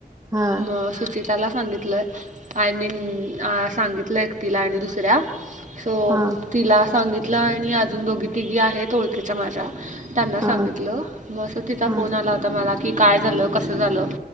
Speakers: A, on the right; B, on the right.
A: हा
B: म जे त्याला सांगितलं, आय मीन सांगितलं एकटीला आणि दुसऱ्या. सो,
A: हा
B: तिला सांगितलं आणि अजून दोघी-तिघी आहेत ओळखीच्या माझ्या. त्यांना सांगितलं.
A: हा
B: मग असं तिथं
A: हा हा
B: फोन आला होता मला की काय झालं, कसं झालं?